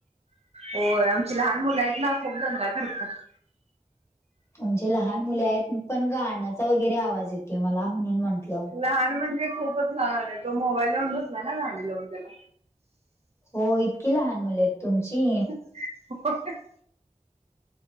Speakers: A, on the right (about 50°); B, on the left (about 20°).
A: होय आमची लहान मुलं आहेत ना, खूप दंगा करतात.
B: तुमचे लहान मुले आहेत पण गाण्याचा वगैरे, आवाज येतो मला म्हणून म्हंटलं.
A: लहान म्हणजे खूपच लहान आहे. तो मोबाईल लावून बसला ना गाणी लावून त्याला,
B: हो इतकी लहान मुले आहेत तुमची.
A: <unintelligible>